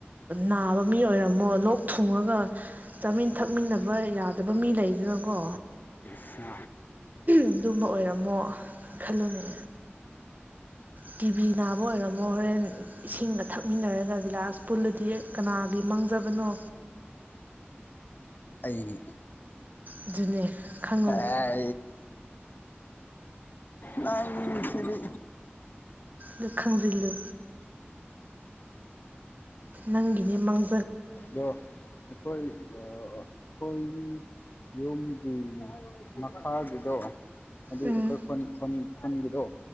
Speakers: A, on the right (about 45°); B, on the left (about 50°).
A: ꯅꯥꯕ ꯃꯤ ꯑꯣꯏꯔꯝꯃꯣ ꯂꯣꯛ ꯊꯨꯡꯉꯒ ꯆꯃꯤꯟ ꯊꯛ ꯇꯛꯃꯤꯟꯅꯕ ꯌꯥꯗꯕ ꯃꯤ ꯂꯩꯗꯅꯀꯣ
B: ꯏꯁ
A: ꯑꯗꯨꯝꯕ ꯑꯣꯏꯔꯝꯃꯣ ꯈꯜꯂꯨꯅꯦ ꯇꯤꯕꯤ ꯅꯥꯕ ꯑꯣꯏꯔꯝꯃꯣ ꯍꯣꯔꯦꯟ ꯏꯁꯤꯡꯒ ꯊꯛꯃꯤꯟꯅꯔꯒ ꯒꯤꯂꯥꯁ ꯄꯨꯜꯂꯗꯤ ꯀꯅꯥꯒꯤ ꯃꯥꯡꯖꯕꯅꯣ
B: ꯑꯩꯒꯤ
A: ꯑꯗꯨꯅꯦ ꯈꯪꯉꯨ
B: ꯑ ꯅꯪ ꯁꯤꯗꯤ
A: ꯂꯛꯈꯪ ꯜꯂꯥ ꯅꯪꯒꯤꯅꯦ ꯃꯪ
B: ꯗ ꯑꯩꯈꯣꯏ ꯑꯩꯈꯣꯏ ꯌꯨꯝꯒꯤ ꯃꯈꯥꯒꯤꯗꯣ ꯑꯗꯨ
A: ꯎꯝ
B: ꯑꯩꯈꯣꯏ <unintelligible> ꯊꯕꯤꯗꯣ